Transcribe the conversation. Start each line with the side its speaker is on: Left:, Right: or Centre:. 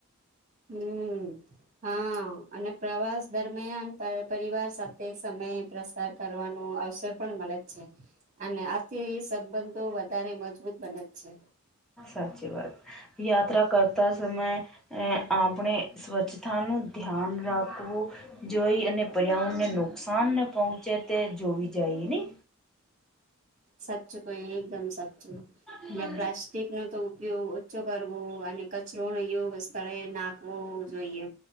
Right: હમ હા અને પ્રવાસ દરમિયાન પ પરિવાર સાથે સમ સમય પ્રસાર કરવાનું આવ અસર પણ મલે જ છે અને આથી સંબંધો વધારે મજબૂત બને જ છે.
Centre: સાચી વાત યાત્રા કરતા સમયે આપણે સ્વચ્છ થાનું ધ્યાન રાખવું જોઈ અને પર્યાવરણને નુકસાન ન પહોંચે તે જોવી જાય ને
Right: સાચું કઈ એકદમ સાચું
Centre: હમ
Right: ને પ્લાસ્ટિક નો તો ઉપયોગ ઓછો કરવો કચરો નને યોગ સ્થળે નાખવો જોઈએ